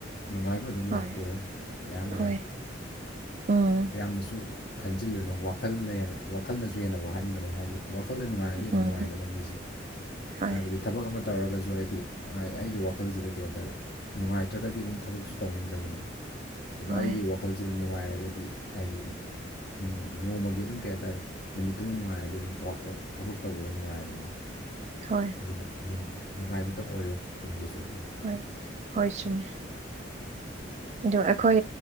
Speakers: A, on the left; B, on the right.
A: ꯅꯨꯡꯉꯥꯏꯕ ꯑꯗꯨꯝ
B: ꯍꯣꯏ
A: ꯂꯥꯛꯄ ꯑꯣꯏꯌꯣ ꯃꯌꯥꯝ ꯃꯌꯥꯝ
B: ꯍꯣꯏ ꯎꯝ
A: ꯌꯥꯝꯅꯁꯨ ꯈꯟꯖꯤꯜꯂꯨꯅꯨ ꯋꯥꯈꯜꯅ ꯍꯦꯟꯅ ꯋꯥꯈꯜꯅꯁꯨ ꯍꯦꯟꯅ ꯋꯥꯍꯟꯕꯅꯤ ꯍꯥꯏꯗꯤ ꯋꯥꯈꯜꯗ ꯅꯨꯡꯉꯥꯏꯔꯗꯤ ꯅꯨꯡꯉꯥꯏꯗꯅ
B: ꯎꯝ
A: ꯃꯤꯁꯦ
B: ꯍꯣꯏ
A: ꯍꯥꯏꯕꯗꯤ ꯊꯕꯛ ꯑꯃ ꯇꯧꯔꯒꯁꯨ ꯍꯥꯏꯗꯤ ꯑꯩꯒꯤ ꯋꯥꯈꯜꯁꯤꯗ ꯀꯩ ꯍꯥꯏꯇꯥꯔꯦ ꯅꯨꯡꯉꯥꯏꯇ꯭ꯔꯒꯗꯤ ꯑꯗꯨꯝ ꯊꯕꯛꯁꯨ ꯇꯧꯅꯤꯡꯗꯕꯅꯦꯕ ꯑꯗꯣ
B: ꯍꯣꯏ
A: ꯑꯩꯒꯤ ꯋꯥꯈꯜꯁꯤꯗ ꯅꯨꯡꯉꯥꯏꯔꯒꯗꯤ ꯍꯥꯏꯗꯤ ꯍꯥꯏꯗꯤ ꯅꯣꯡꯃꯒꯤ ꯑꯗꯨꯝ ꯀꯩ ꯍꯥꯏꯇꯥꯔꯦ ꯅꯨꯃꯤꯠꯇꯨꯃ ꯅꯨꯡꯉꯥꯏꯔꯗꯤ ꯑꯗꯨꯝ ꯋꯥ ꯊꯕꯛ ꯇꯧꯕꯗ ꯅꯨꯡꯉꯥꯏꯕꯅꯦꯕ
B: ꯍꯣꯏ
A: ꯑꯗꯨꯅ ꯅꯨꯡꯉꯥꯏꯕꯇꯪ ꯑꯣꯏꯌꯣ ꯇꯨꯡꯗꯁꯨ ꯑꯗꯨꯝ
B: ꯍꯣꯏ ꯍꯣꯏ ꯆꯨꯝꯃꯦ ꯑꯗꯨ ꯑꯩꯈꯣꯏ